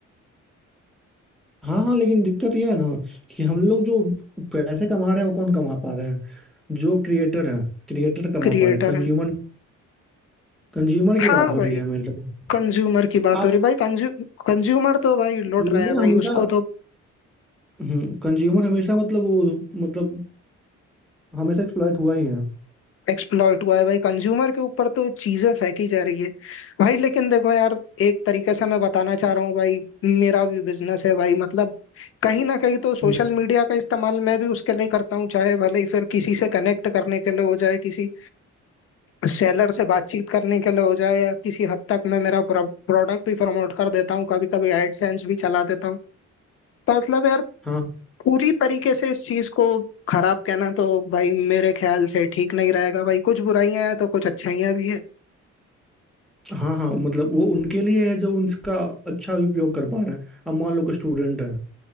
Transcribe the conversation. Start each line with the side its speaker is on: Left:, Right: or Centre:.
Centre: हाँ हाँ लेकिन दिक्कत ये है ना कि हम लोग जो पैसे कमा रहे हैं वो कौन कमा पा रहे हैं जो क्रिएटर है क्रिएटर कमा
Left: क्रिएटर
Centre: पा रहे हैं कंज्यूमर
Left: हैं
Centre: कंज्यूमर की
Left: हाँ
Centre: बात हो
Left: भाई
Centre: रही है मेरी तरफ
Left: कंज्यूमर की बात
Centre: आप
Left: हो रही भाई कंज्यू कंज्यूमर तो भाई लौट
Centre: कंज्यूमर
Left: रहा है भाई
Centre: हमेशा
Left: उसको तो
Centre: हम्म कंज्यूमर हमेशा मतलब वो मतलब हमेशा एक्सप्लॉइट हुआ ही है
Left: एक्सप्लॉइट हुआ है भाई कंज्यूमर के ऊपर तो चीजें फेंकी जा रही है भाई लेकिन देखो यार एक तरीके से मैं बताना चाह रहा हूँ भाई मेरा भी बिजनेस है भाई मतलब कहीं ना कहीं तो सोशल
Centre: हम्म।
Left: मीडिया का इस्तेमाल मैं भी उसके लिए करता हूँ चाहे भले ही फिर किसी से कनेक्ट करने के लिए हो जाए किसी सेलर से बातचीत करने के लिए हो जाए या किसी हद तक मैं मेरा प्रोडक्ट भी प्रमोट कर देता हूँ कभी कभी एडसेंस भी चला देता हूँ तो मतलब यार
Centre: हाँ
Left: पूरी तरीके से इस चीज को खराब कहना तो भाई मेरे ख्याल से ठीक नहीं रहेगा भाई कुछ बुराइयां हैं तो कुछ अच्छाइयां भी है
Centre: हाँ हाँ मतलब वो उनके लिए है जो उनका अच्छा उपयोग कर पा रहे हैं अब मान लो कि स्टूडेंट है